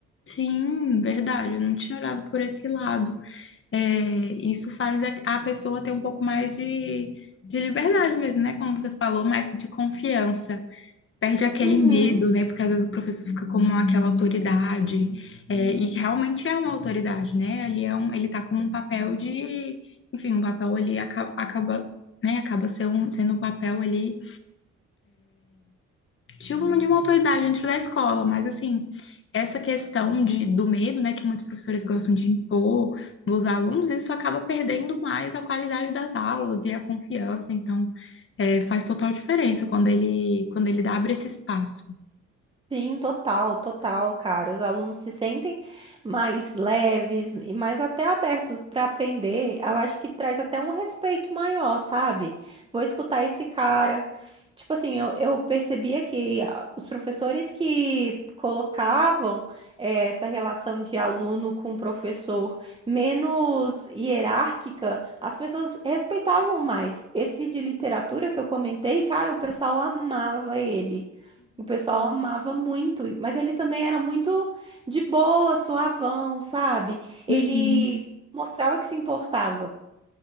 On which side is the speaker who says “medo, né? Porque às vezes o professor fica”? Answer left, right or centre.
Left